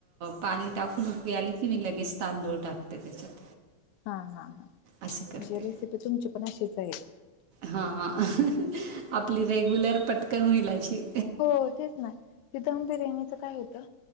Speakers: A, on the right; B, on the left.
A: पाणी टाकून उकळी आली की, मी लगेच तांदूळ टाकते त्याच्यात.
B: हा, हा, हा.
A: असं करते.
B: म्हणजे रेसिपी तुमची पण अशीचय.
A: हा, <unintelligible> आपली रेग्युलर, पटकन होईल अशी.
B: हो, तेच ना. ते दम बिर्याणीच काय होतं?